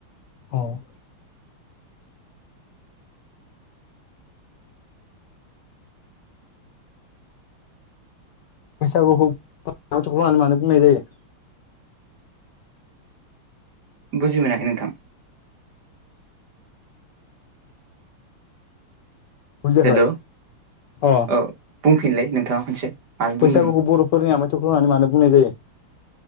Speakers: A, on the left (about 70°); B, on the right (about 50°).
A: औ। बैसागुखौ <unintelligible> होननानै मानो बुंनाय जायो?
B: बुजि मोनाखै नोंथां।
A: बुजियाखै
B: हेल'
A: अ
B: ओ बुंफिनलाय नोंथाङा खनसे मा बुंदोंमोन
A: बैसागुखौ बर'फोरनि आमाथख' होननानै मानो बुंनाय जायो?